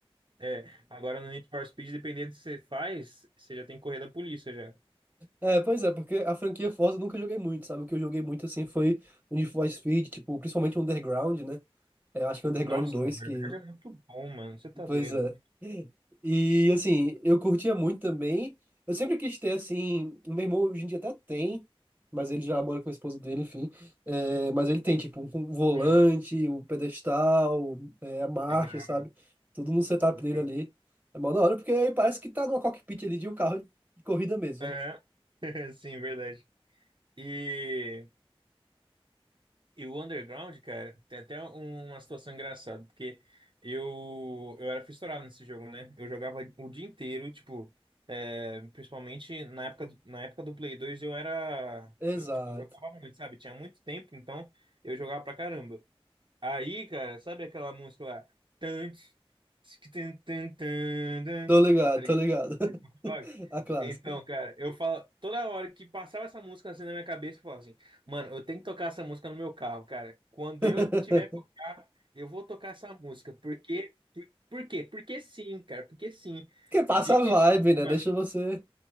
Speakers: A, on the right (about 55°); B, on the right (about 15°).
A: é, agora no Need for Speed, dependendo do que você faz, você já tem que correr da polícia já.
B: É, pois é, porque a franquia Forza eu nunca joguei muito, sabe? O que eu joguei muito, assim, foi o Need for Speed, tipo, principalmente o Underground, né? É, acho que o Underground
A: Nossa,
B: dois
A: na verdade
B: que...
A: é muito bom, mano. Você tá
B: Pois
A: doido.
B: é. E, assim, eu curtia muito também. Eu sempre quis ter, assim... O meu irmão hoje em dia até tem, mas ele já mora com a esposa dele, enfim. É, mas ele tem, tipo, um volante,
A: Hum,
B: o pedestal, é, a marcha,
A: legal,
B: sabe? Tudo no setup
A: legal.
B: dele ali. É mó da hora, porque aí parece que tá numa cockpit ali de um carro de corrida mesmo,
A: Aham.
B: né?
A: <laughs> Sim, verdade. E. E o underground, cara, tem até um- uma situação engraçada, porque eu, eu era fissurado nesse jogo, né? Eu jogava o dia inteiro, tipo, é, principalmente na época, do- na época do Play 2 eu era.
B: Exato.
A: Eu, tipo, jogava muito, sabe? Tinha muito tempo, então eu jogava pra caramba. Aí, cara, sabe aquela música lá? Tantes. tan, tan, tan, tan, dan,
B: Tô ligado,
A: Tá ligado?
B: tô ligado. <laughs>
A: Do Snoop Dogg?
B: A clássica.
A: Então, cara, eu falo, toda hora que passava essa música assim na minha cabeça, eu falava assim, mano, eu tenho que tocar essa música no meu carro, cara. Quando
B: <laughs>
A: eu tiver meu carro, eu vou tocar essa música. Porque, por, por quê? Porque sim, cara, porque sim.
B: Porque passa
A: Dito
B: a vibe,
A: e, feito,
B: né?
A: mano,
B: Deixa você